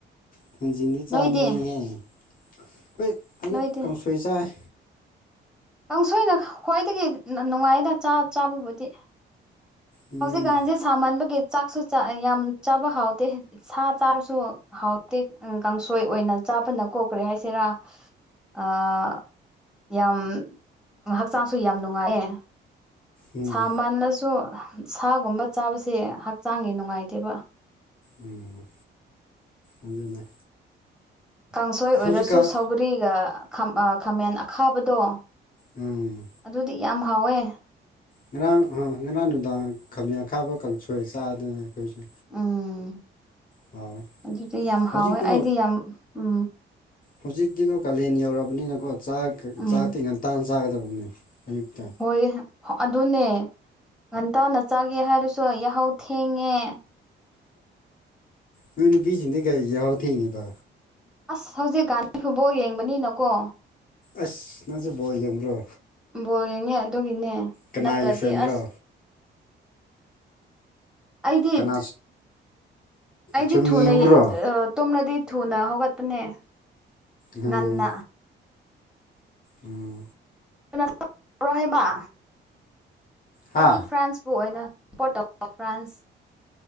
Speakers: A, on the left; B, in the centre.
A: ꯊꯖꯤꯡꯗꯤ ꯆꯥꯅꯤꯡꯉꯤꯍꯦ
B: ꯅꯣꯏꯗꯤ
A: ꯑꯩꯈꯣꯏ ꯑꯌꯨꯛ
B: ꯅꯣꯏꯗꯤ
A: ꯀꯥꯡ ꯊꯣꯏꯆꯥꯏ
B: ꯀꯥꯡꯁꯣꯏꯅ ꯈ꯭ꯋꯥꯏꯗꯒꯤ ꯅꯨꯡꯉꯥꯏꯅ ꯆꯥ ꯆꯥꯕꯕꯨꯗꯤ
A: ꯎꯝ
B: ꯍꯧꯖꯤꯛꯀꯥꯟꯖꯦ ꯁꯥꯃꯟꯕꯒꯤ ꯆꯥꯛꯁꯨ ꯌꯥꯝ ꯆꯥꯕ ꯍꯥꯎꯇꯦ ꯁꯥ ꯆꯥꯔꯁꯨ ꯍꯥꯎꯇꯦ ꯀꯥꯡꯁꯣꯏ ꯑꯣꯏꯅ ꯆꯥꯕꯅ ꯀꯣ ꯀꯔꯤ ꯍꯥꯏꯁꯤꯔꯥ ꯑꯥ ꯌꯥꯝ ꯍꯛꯆꯥꯡꯁꯨ ꯌꯥꯝ ꯅꯨꯡꯉꯥꯏꯌꯦ
A: ꯎꯝ
B: ꯁꯥꯃꯟꯂꯁꯨ ꯁꯥꯒꯨꯝꯕ ꯆꯥꯕꯁꯦ ꯍꯛꯆꯥꯡꯒꯤ ꯅꯨꯡꯉꯥꯏꯇꯦꯕ
A: ꯎꯝ ꯑꯗꯨꯅꯦ
B: ꯀꯥꯡꯁꯣꯏ ꯑꯣꯏꯔꯁꯨ
A: ꯍꯧꯖꯤꯛꯀꯥꯟ
B: ꯁꯧꯒꯔꯤꯒ ꯈꯥꯝ ꯑ ꯈꯥꯃꯦꯟ ꯑꯈꯥꯕꯗꯣ
A: ꯎꯝ
B: ꯑꯗꯨꯗꯤ ꯌꯥꯝ ꯍꯥꯎꯋꯦ
A: ꯉꯔꯥꯡ ꯑ ꯉꯔꯥꯡ ꯅꯨꯡꯗꯥꯡ ꯈꯥꯃꯦꯟ ꯑꯈꯥꯕ ꯀꯥꯡꯁꯣꯏ ꯆꯥꯗꯅ ꯑꯩꯈꯣꯏꯁꯨ
B: ꯎꯝ
A: ꯍꯥꯎꯋꯦ
B: ꯑꯗꯨꯗꯤ ꯌꯥꯝ
A: ꯍꯧꯖꯤꯛꯀꯣ
B: ꯍꯥꯎꯋꯦ ꯑꯩꯗꯤ ꯌꯥꯝ ꯎꯝ
A: ꯍꯧꯖꯤꯛꯇꯤꯒꯣ ꯀꯥꯂꯦꯟ ꯌꯧꯔꯕꯅꯤꯅꯀꯣ ꯆꯥꯛ
B: ꯎꯝ
A: ꯆꯥꯛꯇꯤ ꯉꯟꯇꯥ ꯆꯥꯒꯗꯕꯅꯦ ꯑꯌꯨꯛꯇ
B: ꯍꯣꯏ ꯑꯗꯨꯅꯦ ꯉꯟꯇꯥꯅ ꯆꯥꯒꯦ ꯍꯥꯏꯔꯁꯨ ꯌꯥꯍꯧ ꯊꯦꯡꯉꯦ
A: ꯅꯣꯏ ꯅꯨ ꯄꯤ ꯖꯤꯡꯗꯤ ꯀꯩꯒꯤ ꯌꯍꯧꯊꯦꯡꯉꯤꯕ
B: ꯑꯁ ꯍꯧꯖꯤꯛ ꯒꯥꯥꯟꯅꯤ ꯐꯨꯠꯕꯣꯜ ꯌꯦꯡꯕꯅꯤꯅꯀꯣ
A: ꯑꯁ ꯅꯪꯁꯦ ꯕꯣꯜ ꯌꯦꯡꯕ꯭ꯔꯣ
B: ꯕꯣꯜ ꯌꯦꯡꯉꯦ ꯑꯗꯨꯒꯤꯅꯦ
A: ꯀꯅꯥꯒꯤ
B: ꯅꯠꯇ꯭ꯔꯗꯤ
A: ꯐꯦꯟꯔꯣ
B: ꯑꯁ ꯑꯩꯗꯤ
A: ꯀꯅꯥ
B: ꯑꯩꯗꯤ
A: ꯁꯨꯝ
B: ꯊꯨꯅ
A: ꯌꯦꯡꯕ꯭ꯔꯣ
B: ꯑꯥ ꯇꯨꯝꯂꯗꯤ ꯊꯨꯅ ꯍꯧꯒꯠꯄꯅꯦ
A: ꯎꯝ
B: ꯉꯟꯅ
A: ꯎꯝ
B: <unintelligible> ꯑꯩꯗꯤ
A: ꯍꯥ
B: ꯐ꯭ꯔꯥꯟꯁꯄꯨ ꯑꯣꯏꯅ <unintelligible> ꯐ꯭ꯔꯥꯟꯁ